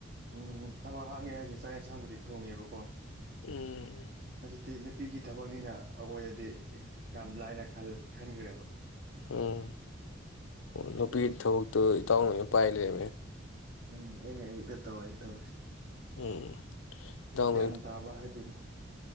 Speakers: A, on the right; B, on the left.
A: ꯎꯝ ꯊꯕꯛ ꯍꯥꯡꯉꯦ ꯍꯥꯏꯁꯦ ꯆꯥꯛ ꯌꯦꯟꯁꯥꯡꯕꯨꯗꯤ ꯊꯣꯡꯉꯦꯕꯀꯣ
B: ꯎꯝ
A: ꯍꯥꯏ ꯅꯨꯄꯤꯒꯤ ꯊꯕꯛꯅꯤꯅ ꯑꯩꯈꯣꯏꯗꯗꯤ ꯌꯥꯝ ꯂꯥꯏꯅ ꯈꯟꯈ꯭ꯔꯦꯕ
B: ꯎꯝ ꯅꯨꯄꯤ
A: ꯊꯕꯛ
B: ꯏ ꯊꯛꯇ ꯏꯇꯥꯎꯅ ꯄꯥꯏ ꯂꯩ
A: ꯎꯝ ꯑꯩꯅ ꯑꯌꯨꯛꯇ ꯇꯧ ꯍꯥꯏꯩꯅ ꯇꯧꯔꯨꯁꯤ
B: ꯎꯝ ꯏꯇꯥꯎꯅ
A: ꯒ꯭ꯌꯥꯟ ꯇꯥꯕ ꯍꯥꯏꯗꯣꯏꯅꯣ